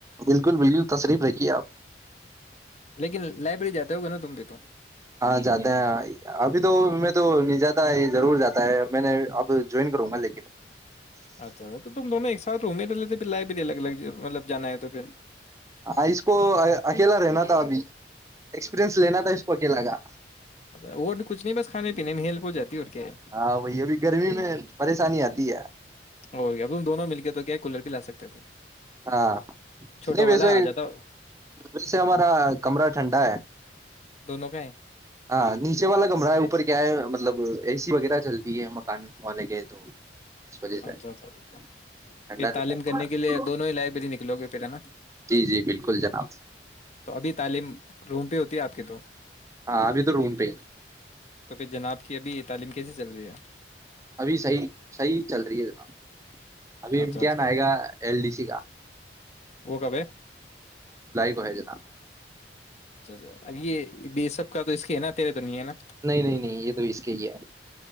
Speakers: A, on the right; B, on the left.
A: بالکل بالکل تصریف رکھیے آپ
B: لیکن لائبریری جاتا ہوگا نا تم بھی تو
A: ہاں جاتے ہیںاں ابھی تو میں تو نہیں جاتا ہے ضرور جاتا ہے میں نے اب جوائن کروں گا لیکن
B: اچھا تو تم دونوں ایک ساتھ رومے پہے تو پھر لائی بھی الگ الگ مطلب جانا ہے تو پھر
A: ہاں اس کو اکیلا رہنا تھا ابھی ایکسپیرئنس لینا تھا اس کو اکیلا کا
B: وہ تو کچھ نہیں بس کھانے پینے میں ہیلپ ہو جاتی اور کیا ہے
A: ہاں وہی ابھی گرمی میں پریشانی آتی ہے
B: اور کیا تم دونوں مل کے تو کیا کولر بھی لا ا دن
A: ہاں
B: چھوٹا
A: نہیں ویسے
B: والا جاتا
A: ویسے ہمارا کمرہ ٹھنڈا ہے
B: دونوں کا ہے
A: ہاں نیچے والا کمرا ہے اوپر کیا ہے مطلب اے سی وغیرہ چلتی ہے مکان والے کے تو اس وجہ سے
B: اچھا اچھا
A: ٹھنڈا
B: پھر
A: رہتا
B: تعلیم
A: ہے
B: کرنے کے لیے دونوں لائبریری نکلو گ پہل نا
A: جی جی بالکل جناب
B: تو ابھی تعلیم روم پہ ہوتی ہے آپ کے تو
A: ہاں ابھی تو روم پہ ہی
B: تو پھر جناب کی ابھی تعلیم کیسے چل رہی ہے
A: ابھی صیح صحیح چل رہی ہے جناب ابھی امتحان
B: اچھا اچھا
A: آئے گا ایل ڈی سی کا
B: وہ کب
A: ج <unintelligible>
B: اچھا اچا یہ سب کا تو اس کے نا تیرے تو نہیں ہے نا
A: نہیں نہیں نہیں یہ تو اس کے ہی ہے